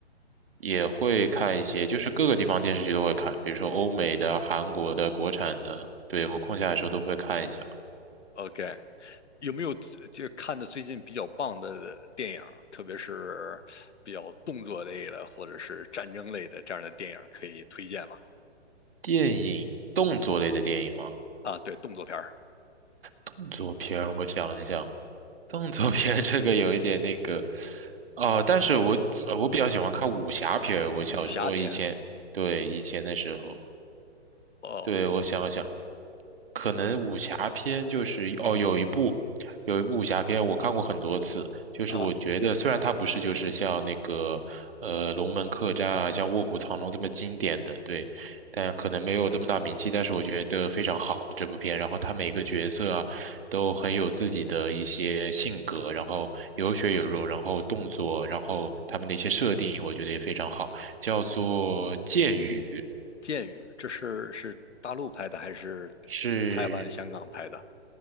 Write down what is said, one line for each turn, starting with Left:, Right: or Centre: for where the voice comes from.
Right: 也会看一些，就是各个地方电视剧都会看，比如说欧美的、韩国的、国产的，对，我空下来的时候都会看一下。
Left: ？OK，有没有就看的最近比较棒的电影，特别是比较动作类的或者是战争类的这样的电影可以推荐吗？
Right: 电影，动作类的电影吗？
Left: 啊，对，动作片儿、
Right: 动作片儿我想一想，动作片儿这个有一点那个，哦、但是我呃我比较喜欢看武侠片儿我小时我以前对以前的时候。
Left: 武侠片。哦
Right: 对，我想了想，可能武侠片就是哦，有一部，有一部武侠片我看过很多次，就是我觉得虽然它不是就是像那个呃《龙门客栈》啊，
Left: 啊，
Right: 像《卧虎藏龙》这么经典的，对，但可能没有这么大名气，但是我觉得非常好这部片，然后它每个角色啊都很有自己的一些性格，然后有血有肉，然后动作，然后他们的一些设定，我觉得也非常好，叫做《剑雨》。
Left: 《剑雨》这是是大陆拍的还是
Right: 是
Left: 台湾、香港拍的？